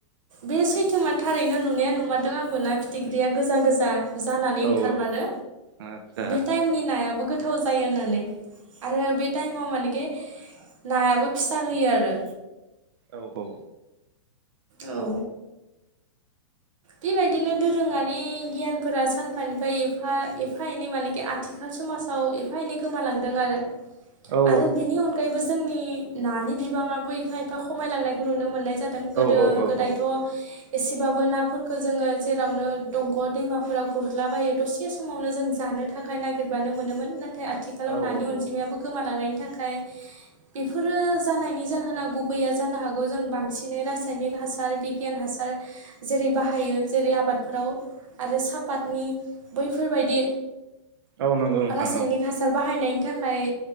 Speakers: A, on the right; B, on the right.
A: बे सैथो मा थारैनो नुनाया नुमारदों आंबो ना फिथिख्रिया गोजा गोजा जानानै
B: औ
A: ओंखारमारो
B: आदसा
A: बे टाइमनि नायाबो गोथाव जायो होननानै। आरो बे टाइमाव मानेखि नायाबो फिसा होयो आरो।
B: औ औ
A: औ बेबायदिनो दोरोङारि गियानफोरा सानफानिफ्राय एफा एफा एनै मानेखि आथिखाल समाजाव एफा एनै गोमालांदों आरो।
B: औ
A: आरो बिनि अनगायैबो जोंनि नानि बिबाङाबो एफा एफा खमायलांनायखौ नुनो मोननाय जायो। जादों गोदो
B: औ औ
A: गोदायथ' एसेबाबो नाफोरखौ खौ जोङो जेरावनो दंग' दैमाफोराव गुरलाबायो दसे समावनो जों जानो थाखाय नागिरबानो मोनोमोन नाथाय आथिखालाव
B: औ
A: नानि अनजिमायाबो
B: औ
A: गोमालांनायनि थाखाय बेफोरो जानायनि जाहोना गुबैया जानो हागौ जों बांसिनै रासायनिक हासार बिगियान हासार जेरै बाहायो जेरै आबादफोराव आरो सापातनि बैफोरबायदि
B: औ नंगौ नोंथां
A: रासायनिक
B: औ
A: हासार बाहायनायनि थाखाय